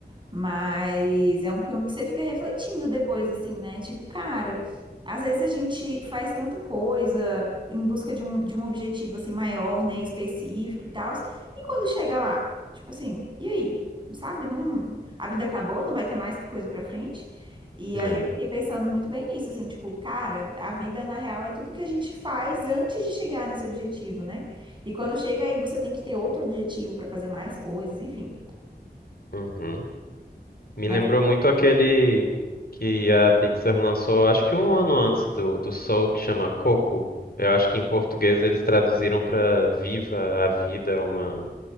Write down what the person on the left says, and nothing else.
é.
Uhum. Me
lembrou
muito aquele que a Pixar lançou, acho que um ano antes do, do Soul, que chama Coco. Eu acho que em português eles traduziram pra Viva a Vida, é uma,